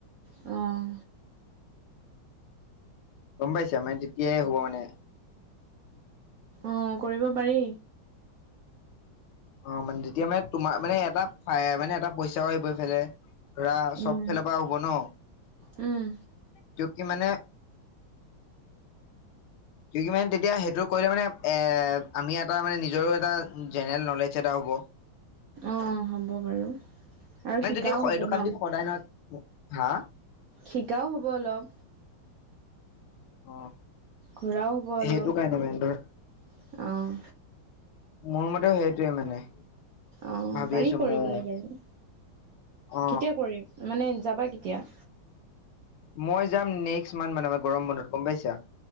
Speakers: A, on the right; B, on the left.
A: অ'
B: গম পাইছা? মানে তেতিয়াই হ'ব মানে
A: অ' কৰিব পাৰি।
B: অ, মানে তেতিয়া মানে তোমাৰ মানে এটা পাই মানে এটা পইচাও আহিব এইফালে। ধৰা, চব
A: অ'
B: ফেলৰ পা হ'ব ন?
A: উম।
B: কিওকি মানে কি কি মানে তেতিয়া সেইটো কৰিলে মানে, এ আমি এটা মানে নিজৰো এটা জেনেৰেল নলেজ এটা হ'ব।
A: অ, হ'ব বাৰু। আৰু
B: মানে
A: শিকাও
B: যদি
A: হ'ব
B: এইটো
A: ন।
B: কাম যদি সদায় নহয়, হা?
A: শিকাও হ'ব অলপ।
B: অ,।
A: ঘূৰাও হ'ব অলপ
B: সেইটো কাৰণে মানে ধৰ
A: অঁ
B: মোৰ মতে সেইটোৱে মানে
A: অ
B: ভাবি
A: পাৰি
B: আছো
A: কৰিবলৈ
B: ময়ো
A: বাৰু
B: অ
A: কেতিয়া কৰিম মানে যাবা কেতিয়া?
B: মই যাম নেক্সট মান্থ মানে মে গৰম বন্ধত গম পাইছা।